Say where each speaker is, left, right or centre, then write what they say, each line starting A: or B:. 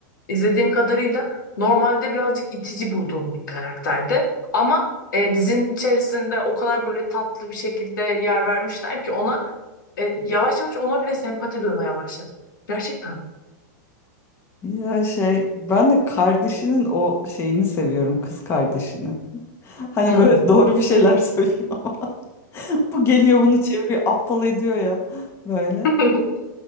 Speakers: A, on the left; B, on the left.
A: izlediğim kadarıyla normalde birazcık itici bulduğum bir karakterdi. Ama e, dizinin içerisinde o kadar böyle tatlı bir şekilde yer vermişler ki ona e, yavaş yavaş ona bile sempati duymaya başladım. Gerçekten.
B: Ya şey ben de kardeşinin o şeyini seviyorum kız kardeşini. <laughs> Hani
A: Hmm.
B: böyle doğru bir şeyler söylüyor ama <laughs> bu geliyor bunu çeviriyor aptal ediyor ya böyle.
A: <laughs>